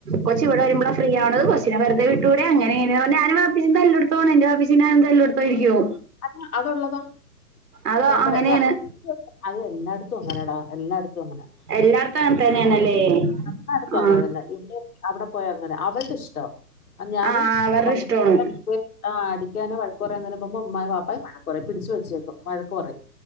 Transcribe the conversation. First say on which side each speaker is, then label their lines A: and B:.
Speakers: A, on the right; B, on the left.
A: കൊച്ച് ഇവിടെ വരുമ്പോള ഫ്രീആവുന്നത് കൊച്ച് കൊച്ഛ്നെ വെുതെ വിട്ടൂടെ അങ്ങനിങ്ങനെർഞ് ഞാനും ബാപ്പച്ചിം തല്ലെടുതായിരിക്കും എന്റെപ്പച്ചിം ഞാനും തല്ലെടുത്തായിരിക്കും
B: അ അതുള്ളതാ
A: അതോ
B: നമ്മുടെ
A: അങ്ങനെയാണ്
B: ഞാൻ ന്റെ അത് എല്ലാട്ത്തും അങ്ങനെടാ എല്ലാട്ത്തും അങ്ങനാ
A: എല്ലാർത്തും അങ്ങന്ന്നെണല്ലേ
B: എല്ലായിടത്തും
A: ആ
B: അങ്ങനെ തന്നെ ഇവിടെ അവിടെ പോയ അങ്ങനെ അവര്ടെ ഇഷ്ടാ ഞാന്
A: ആഹ് അവരുടെ
B: വള്ളതിലർങ്ങിയാ
A: ഇഷ്ടാണ്
B: ആ അടിക്കാനേ വഴക്ക്റയുന്നതിന്റെമുൻപേ ഉമ്മയും പാപ്പായും വഴക്കറയും പിടിച്ചച്ച് വെച്ചേക്കും വഴക്കറയും